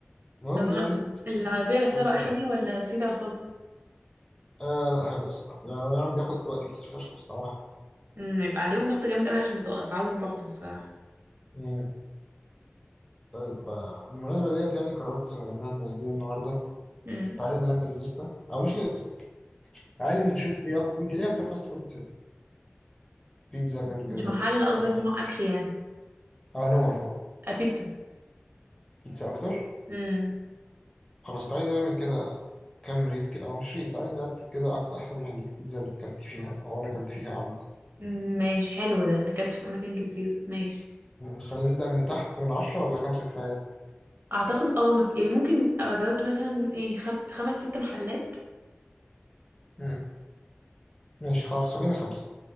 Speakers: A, on the left (about 20°); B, on the right (about 55°).
A: المهم
B: طب
A: يعني
B: العربية نفسها
A: قلت
B: بقى حلوة ولا صيت على الفاضي
A: آه لا حلو الصراحة يعني هو نعم بياخد وقت كتير فشخ بس طبعا
B: امم يبقى عليهم ضغط جامد قوي عشان بتبقى أسعارهم تحفة الصراحة
A: مم. طيب آه، بالمناسبة ديت يعني قررت بما اننا نازلين النهاردة
B: مم.
A: تعالي نعمل لستة او مش لستة تعالي نشوف ايه أكتر انت ايه اكتر فاست فود بتحب بيتزا برجر
B: مش محل قصدك
A: اي حاجة
B: نوع اكل يعني
A: اه نوع نوع
B: آه، بيتزا
A: بيتزا اكتر
B: امم
A: خلاص تعالي نعمل كده كام ريت كده او مش ريت تعالي نرتب كده اكتر احسن محلات البيتزا اللي اكلت فيها او انا اكلت فيها عامة
B: أمم، ماشي حلو ده انا اكلت في اماكن كتير ماشي
A: خلينا نبدأ من تحت من عشرة ولا خمسة كفاية
B: اعتقد اه مف... يعني ممكن ابقى جاوبت مثلا ايه خم... خمس ست محلات
A: مم. ماشي خلاص خلينا خمسة